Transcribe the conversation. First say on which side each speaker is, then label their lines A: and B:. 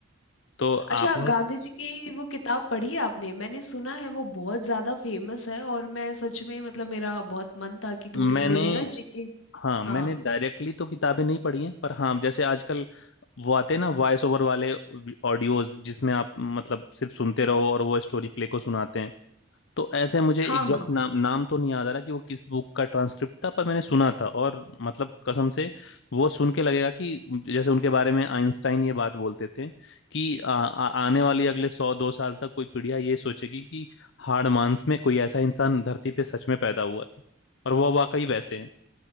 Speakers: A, on the left; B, on the left.
A: तो
B: अच्छा
A: आपने
B: गांधी जी की वो किताब पढ़ी है आपने मैंने सुना है वो बहुत ज्यादा फेमस है और मैं सच में मतलब मेरा बहुत मन था कि
A: मैंने
B: थोड़ी वो ये ना जीके
A: हाँ मैंने
B: हाँ
A: डायरेक्टली तो किताबें नहीं पढ़ी हैं पर हाँ जैसे आजकल वो आते हैं ना वॉइस ओवर वाले ऑडियोज जिसमें आप मतलब सिर्फ सुनते रहो और वो स्टोरी प्ले को सुनाते हैं तो ऐसे मुझे
B: हाँ
A: एग्जैक्ट
B: हाँ
A: नाम नाम तो नहीं याद आ रहा कि वो किस बुक का ट्रांसक्रिप्ट था पर मैंने सुना था और मतलब कसम से वो सुन के लगेगा कि जैसे उनके बारे में आइंस्टाइन ये बात बोलते थे कि आ, आ, आने वाली अगले सौ दो साल तक कोई पीढ़ियां ये सोचेगी कि हाड़ मांस में कोई ऐसा इंसान धरती पे सच में पैदा हुआ था और वो वाकई वैसे हैं